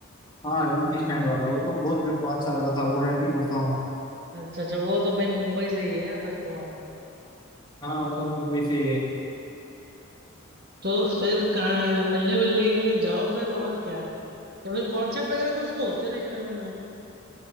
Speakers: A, on the left (about 20°); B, on the right (about 50°).
A: हाँ एमसी स्टैंड वाला वो तो बहुत मेरे को अच्छा लगा था वो रैपिंग का सॉन्ग
B: अच्छा अच्छा वो तो भाई मुंबई से ही है फिर तो
A: हाँ वो तो मुंबई से
B: तो फिर कहाँ मिलने मिलने के लिए जाओ फिर और क्या या फिर कॉन्सर्ट वगैरह तो उसके होते रहेंगे तो